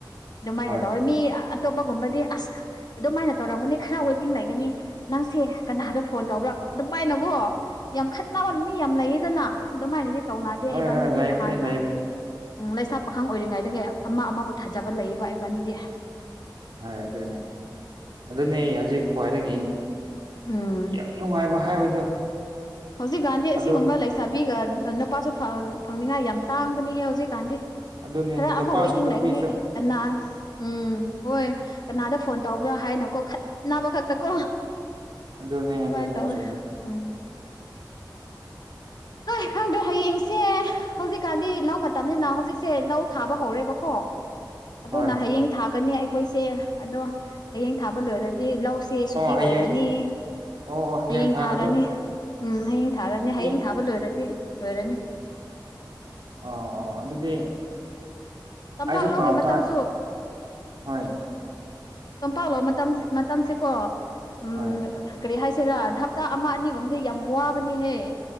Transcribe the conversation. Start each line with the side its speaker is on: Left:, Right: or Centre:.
Left: ꯑꯗꯨꯃꯥꯏꯅ
Right: ꯍꯣꯏ
Left: ꯇꯧꯋꯦ ꯃꯤ ꯑꯇꯣꯞꯄꯒꯨꯝꯕꯗꯤ ꯑꯁ ꯑꯗꯨꯃꯥꯏꯅ ꯇꯧꯔꯝꯒꯅꯤ ꯈꯔ ꯋꯦꯇꯤꯡ ꯂꯩꯒꯅꯤ ꯅꯪꯁꯦ ꯀꯅꯥꯗꯣ ꯐꯣꯟ ꯇꯧꯕ꯭ꯔꯥ ꯑꯗꯨꯝꯃꯥꯏꯅꯣꯀꯣ ꯌꯥꯝ ꯈꯠꯅꯕ ꯃꯤ ꯌꯥꯝ ꯂꯩꯌꯦꯗꯅ ꯑꯗꯨꯃꯥꯏꯅꯗꯤ ꯇꯧꯅꯗꯦ
Right: ꯍꯣꯏ
Left: ꯏꯕꯥꯅꯤꯗꯤ
Right: ꯍꯣꯏ ꯂꯩꯕꯅꯤ
Left: ꯍꯥꯟꯅ
Right: ꯂꯩꯕꯅꯤ
Left: ꯎꯝ ꯂꯩꯁꯥ ꯄꯥꯈꯥꯡ ꯑꯣꯏꯔꯤꯉꯩꯗꯒꯤ ꯑꯃ ꯑꯃꯕꯨ ꯊꯥꯖꯕ ꯂꯩꯌꯦꯕ ꯏꯕꯥꯅꯤꯗꯤ
Right: ꯍꯣꯏ ꯑꯗꯨꯅꯦ ꯑꯗꯨꯅꯦ ꯍꯧꯖꯤꯛ ꯈ꯭ꯋꯥꯏꯗꯒꯤ
Left: ꯎꯝ
Right: ꯌꯥꯝ ꯅꯨꯡꯉꯥꯏꯕ ꯍꯥꯏꯕꯗꯣ
Left: ꯍꯧꯖꯤꯛꯀꯥꯟꯗꯤ ꯑꯁꯤꯒꯨꯝꯕ
Right: ꯑꯗꯨ
Left: ꯂꯩꯁꯥꯕꯤꯒ ꯅꯨꯄꯥꯁꯨ ꯐꯪꯅꯤꯡꯉꯥꯏ ꯌꯥꯝ ꯇꯥꯡꯕꯅꯤꯍꯦ ꯍꯧꯖꯤꯛꯀꯥꯟꯗꯤ
Right: ꯑꯗꯨꯅꯦ
Left: ꯈꯔ
Right: ꯅꯨꯄꯥꯁꯨ
Left: ꯑꯃ ꯑꯣꯏ ꯇꯤꯡꯡꯂꯒꯅꯤ
Right: ꯅꯨꯄꯤꯁꯨ
Left: ꯀꯅꯥ ꯎꯝ ꯍꯣꯏ ꯀꯅꯥꯗ ꯐꯣꯟ ꯇꯧꯕ꯭ꯔꯥ ꯍꯥꯏꯅꯀꯣ ꯈꯠꯅꯕ ꯈꯛꯇ ꯀꯣ
Right: ꯑꯗꯨꯅꯦ
Left: ꯊꯃ
Right: ꯑꯗꯨꯅꯦ
Left: ꯇꯋꯥ
Right: ꯆꯨꯝꯃꯦ
Left: ꯎꯝ ꯀ ꯈꯪꯗ꯭ꯔꯦ ꯍꯌꯦꯡꯁꯦ ꯍꯧꯖꯤꯛꯀꯥꯟꯗꯤ ꯂꯧ ꯃꯇꯝꯅꯤꯅ ꯍꯧꯖꯤꯛꯁꯦ ꯂꯧ ꯊꯥꯕ ꯍꯧꯔꯦꯕꯀꯣ ꯑꯗꯨꯅ
Right: ꯍꯣꯏ
Left: ꯍꯌꯦꯡ ꯊꯥꯒꯅꯤ ꯑꯩꯈꯣꯏꯁꯦ ꯑꯗꯣ ꯍꯌꯦꯡ ꯊꯥꯕ ꯂꯣꯏꯔꯗꯤ ꯂꯧ ꯁꯦ ꯁꯨꯇꯤ
Right: ꯑꯣ
Left: ꯑꯣꯏꯔꯅꯤ
Right: ꯍꯌꯦꯡ ꯑꯣ ꯑꯣ
Left: ꯍꯌꯦꯡ
Right: ꯊꯥꯒꯗ꯭ꯔꯣ
Left: ꯊꯥꯔꯅꯤ ꯎꯝ ꯍꯌꯦꯡ ꯊꯥꯔꯅꯤ
Right: ꯑꯣ
Left: ꯍꯌꯦꯡ ꯊꯥꯕ ꯂꯣꯏꯔꯗꯤ ꯂꯣꯏꯔꯅꯤ
Right: ꯑꯣ ꯑꯣ ꯑꯗꯨꯗꯤ
Left: ꯇꯝꯄꯥꯛ
Right: ꯑꯩꯁꯨ
Left: ꯂꯧꯒꯤ
Right: ꯄꯥꯎ
Left: ꯃꯇꯝꯁꯨ
Right: ꯇꯥꯏ ꯍꯣꯏ
Left: ꯌꯣꯝꯄꯥꯛꯥꯛꯂꯣꯑꯣ ꯃꯇꯝ ꯃꯇꯝꯁꯤꯀꯣ ꯎꯝ
Right: ꯍꯣꯏ
Left: ꯀꯔꯤ ꯍꯥꯏꯁꯤꯔꯥ ꯍꯞꯇꯥ ꯑꯃ ꯑꯅꯤꯒꯨꯝꯕꯗꯤ ꯌꯥꯝ ꯋꯥꯕꯅꯤꯍꯦ